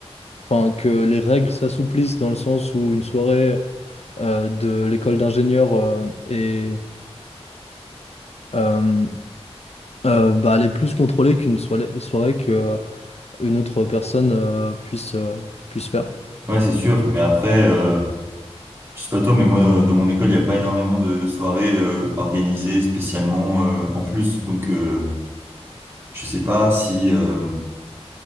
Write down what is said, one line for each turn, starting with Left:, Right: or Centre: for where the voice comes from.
Left: enfin, que les règles s'assouplissent dans le sens où une soirée euh, de l'école d'ingénieur euh, est, euh, euh, bah, elle est plus contrôlée qu'une soirée, soirée que euh, une autre personne euh, puisse, euh, puisse faire.
Right: ouais, c'est sûr. Mais après, euh, Je sais pas toi, mais moi, dans dans mon école, il n'y a pas énormément de, de soirées euh, organisées spécialement euh, en plus. Donc, euh, je sais pas si, euh,